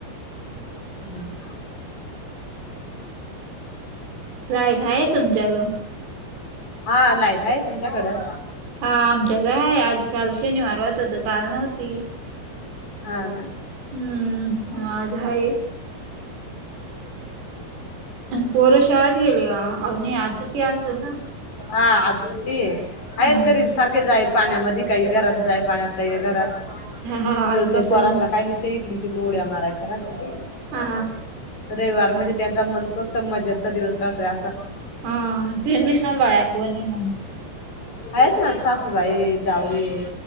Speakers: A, on the left (about 40°); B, on the right (about 75°).
A: हम्
B: राईट आहे तुमच्याक
A: हा लाईट आहे तुमच्याकडं
B: हा आमच्या काय आजकाल शनिवार होत तर काल नव्हती
A: हा ना.
B: हम्म आज हाय पोर शाळेत गेले का सुटी असेल ना
A: हा आ सुतती
B: हम्म
A: अयत गरी सारकार पाण्यामध्ये काही घरात जाय पाण्यात काही घरात
B: हा हा
A: दिवसभर
B: ऐकतच
A: पोरांना
B: नसतील
A: काय लि इकडून तिकडून उड्या मारायच्या राहते ते
B: हा
A: रविवार म्हणजे त्यांचा मनसोक्त मजाचा दिवस राहतोय असं
B: हा तीन दिस बाळ्याकू मग
A: आहेत ना सासूबाई जाऊ ह